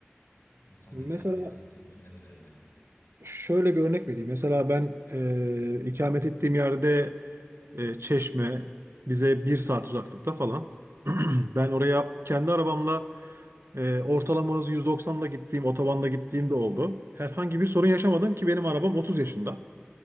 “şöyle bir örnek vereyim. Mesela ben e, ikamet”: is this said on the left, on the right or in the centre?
Right